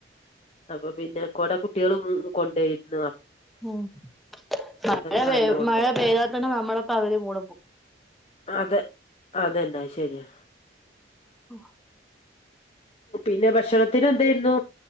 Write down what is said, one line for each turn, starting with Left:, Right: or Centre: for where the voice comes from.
Left: അപ്പൊ പിന്നെ കൊട കുട്ടികളും കൊണ്ടയിരുന്നു
Centre: ഉം മഴ
Left: കാരണം
Centre: പെയ്
Left: കൊണ്ടോയി
Centre: മഴ പെയ്താൽ തന്നെ നമ്മളെ പകുതി മൂടും പോകും
Left: അതെ അതന്നെ അത്ശരിയാ
Centre: <unintelligible> <inaudible>
Left: പിന്നെ ഭക്ഷണത്തിന് എന്തായിരുന്നു?